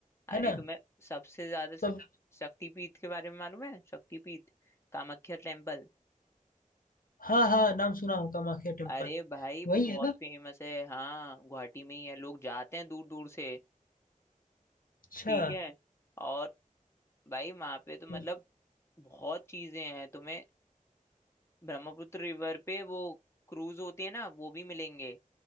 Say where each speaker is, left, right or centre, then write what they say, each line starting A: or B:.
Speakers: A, on the left; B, on the left.
A: अरे
B: है ना
A: तुम्हें सबसे ज्यादा शक-
B: तब
A: शक्तिपीठ के बारे में मालूम है शक्तिपीठ कामाख्या टेम्पल
B: हाँ हाँ नाम सुना हूँ कामाख्या टेम्पल
A: अरे भाई वो
B: वही
A: बहुत
B: है ना
A: फेमस है हाँ गुवाहाटी में ही है लोग जाते हैं दूर दूर से
B: अच्छा
A: ठीक है और भाई वहां पे तो मतलब
B: हम्म,
A: बहुत चीजें हैं तुम्हें ब्रह्मपुत्र रिवर पे वो क्रूज होती है ना वो भी मिलेंगे